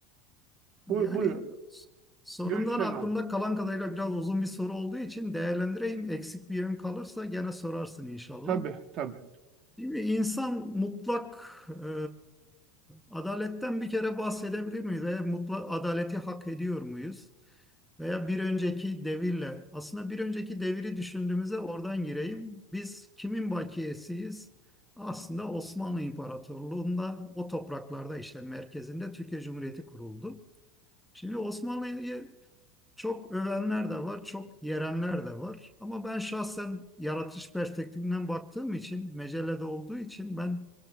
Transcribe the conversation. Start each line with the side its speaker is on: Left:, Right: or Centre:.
Right: Bu,
Centre: Yani
Right: buyur.
Centre: s- sorumdan
Right: Görüşlerini
Centre: aklımda
Right: aldım.
Centre: kalan kadarıyla biraz uzun bir soru olduğu için değerlendireyim. Eksik bir yön kalırsa gene sorarsın inşallah.
Right: Tabii, tabii.
Centre: Şimdi insan mutlak e, adaletten bir kere bahsedebilir miyiz? Veya mutlak adaleti hak ediyor muyuz? Veya bir önceki devirle, aslında bir önceki deviri düşündüğümüzde oradan gireyim. Biz kimin bakiyesiyiz? Aslında Osmanlı İmparatorluğu'nda o topraklarda işte merkezinde Türkiye Cumhuriyeti kuruldu. Şimdi Osmanlı'yı çok övenler de var, çok yerenler de var. Ama ben şahsen yaratış perspektifinden baktığım için, mecelede olduğu için ben